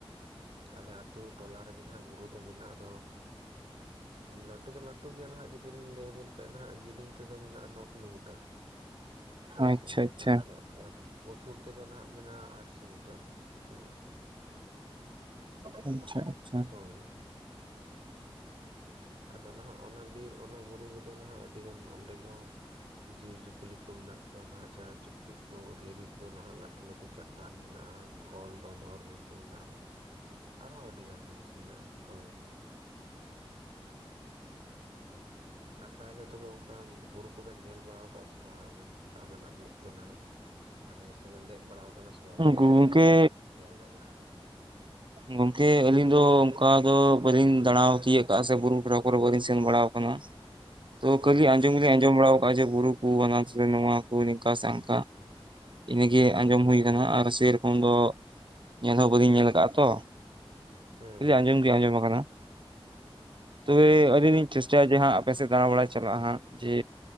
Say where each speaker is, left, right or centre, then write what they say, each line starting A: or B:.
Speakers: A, on the right (about 75°); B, on the right (about 55°).
A: ᱟᱞᱮ ᱟᱛᱳ ᱴᱚᱞᱟ ᱨᱮᱜᱮ ᱱᱟᱦᱟᱜ ᱵᱩᱨᱩ ᱫᱚ ᱢᱮᱱᱟᱜ ᱟᱫᱚ ᱞᱟᱹᱴᱩ ᱫᱚ ᱞᱟᱹᱴᱩ ᱞᱟᱹᱴᱩ ᱜᱮᱭᱟ ᱱᱟᱦᱟᱜ ᱡᱩᱫᱤ ᱞᱤᱧ ᱞᱟᱹᱭ ᱟᱵᱮᱱ ᱠᱷᱟᱡ ᱱᱟᱦᱟᱜ ᱡᱤᱞᱤᱝ ᱛᱮᱫᱚ ᱢᱮᱱᱟᱜᱼᱟ ᱱᱚ ᱠᱤᱞᱳᱢᱤᱴᱟᱨ ᱾ ᱦᱳᱭ
B: ᱟᱪᱪᱷᱟ
A: ᱥᱮ
B: ᱟᱪᱪᱷᱟ
A: ᱟᱨ ᱟᱨ ᱩᱥᱩᱞ ᱛᱮᱫᱚ ᱱᱟᱦᱟᱜ ᱢᱮᱱᱟᱜᱼᱟ ᱟᱴᱥᱚ ᱢᱤᱴᱟᱨ ᱦᱮᱸ ᱾
B: ᱟᱪᱪᱷᱟ ᱟᱪᱪᱷᱟ ᱾
A: ᱦᱳᱭ ᱟᱫᱚ ᱱᱟᱦᱟᱜ ᱚᱱᱟ ᱵᱤᱨ ᱚᱱᱟ ᱵᱩᱨᱩ ᱨᱮᱫᱚ ᱱᱟᱦᱟᱜ ᱟᱹᱰᱤᱜᱟᱱ ᱚᱸᱰᱮ ᱜᱮ ᱡᱤᱵᱽᱼᱡᱤᱭᱟᱹᱞᱤ ᱠᱚ ᱢᱮᱱᱟᱜ ᱠᱚᱣᱟ ᱱᱟᱦᱟᱜ ᱪᱮᱬᱮ ᱪᱤᱯᱲᱩᱫ ᱠᱚ ᱫᱷᱤᱨᱤ ᱠᱚ ᱱᱟᱦᱟᱜ ᱞᱟᱹᱴᱩ ᱞᱟᱹᱴᱩ ᱪᱟᱴᱟᱱ ᱢᱮᱱᱟᱜᱼᱟ ᱾ ᱠᱚᱞ ᱫᱷᱚᱫᱚᱨ ᱠᱚ ᱢᱮᱱᱟᱜᱼᱟ ᱟᱨᱦᱚᱸ ᱟᱹᱰᱤ ᱜᱟᱱ ᱡᱤᱱᱤᱥ ᱢᱮᱱᱟᱜᱼᱟ ᱦᱳᱭ ᱾ ᱟᱨ ᱛᱟᱦᱚᱞᱮ ᱛᱚᱵᱮ ᱚᱱᱠᱟᱱ ᱵᱩᱨᱩ ᱠᱚᱵᱮᱱ ᱧᱮᱞ ᱵᱟᱲᱟ ᱟᱠᱟᱫᱼᱟ ᱥᱮ ᱵᱟᱝ ᱟᱵᱮᱱ ᱟᱵᱮᱱᱟᱜ ᱢᱤᱫ ᱛᱮᱱᱟᱜ ᱢᱟᱱᱮ ᱥᱮᱵᱮᱱ ᱫᱮᱡ ᱵᱟᱲᱟᱣ ᱟᱠᱟᱱᱟ ᱥᱮ ᱵᱟᱝ ᱵᱩᱨᱩ
B: ᱜᱚᱝᱠᱮ
A: ᱠᱚ ᱨᱮ ᱚᱱᱠᱟᱱ ᱡᱟᱭᱜᱟ ᱡᱟᱦᱟᱸ ᱫᱚ
B: ᱜᱚᱝᱠᱮ ᱟᱹᱞᱤᱧ ᱫᱚ ᱚᱱᱠᱟ ᱫᱚ ᱵᱟᱹᱞᱤᱧ ᱫᱟᱲᱟ ᱛᱤᱭᱚᱜ ᱟᱠᱟᱫᱼᱟ ᱥᱮ ᱵᱩᱨᱩ <inaudible> ᱠᱚᱨᱮ ᱵᱟᱹᱞᱤᱧ ᱥᱮᱱ ᱵᱟᱲᱟ ᱟᱠᱟᱱᱟ ᱾ ᱛᱚ
A: ᱦᱮᱸ
B: ᱠᱷᱟᱹᱞᱤ ᱟᱸᱡᱚᱢ ᱞᱤᱧ ᱟᱸᱡᱚᱢ ᱵᱟᱲᱟ ᱠᱟᱜᱼᱟ ᱡᱮ ᱵᱩᱨᱩ ᱠᱚ ᱱᱚᱣᱟ ᱠᱚ ᱱᱤᱝᱠᱟ ᱥᱮ ᱦᱟᱝᱠᱟ ᱾ ᱤᱱᱟᱹᱜᱮ ᱟᱸᱡᱚᱢ ᱦᱩᱭ ᱟᱠᱟᱱᱟ ᱟᱨ ᱥᱮᱨᱚᱠᱚᱢ ᱫᱚ ᱧᱮᱞ ᱦᱚᱸ ᱵᱟᱹᱞᱤᱧ ᱧᱮᱞ ᱟᱠᱟᱫᱼᱟ ᱛᱚ ᱾
A: ᱦᱮᱸ ᱦᱮᱸ
B: ᱟᱸᱡᱚᱢ ᱜᱮ ᱟᱸᱡᱚᱢ ᱟᱠᱟᱱᱟ ᱾ ᱛᱚᱵᱮ ᱟᱹᱞᱤᱧ ᱞᱤᱧ ᱪᱮᱥᱴᱟᱭᱟ ᱡᱮ ᱦᱟᱸᱜ ᱟᱯᱮ ᱥᱮᱫ ᱫᱟᱲᱟ ᱵᱟᱲᱟᱭ ᱪᱟᱞᱟᱜᱼᱟ ᱦᱟᱸᱜ ᱡᱮ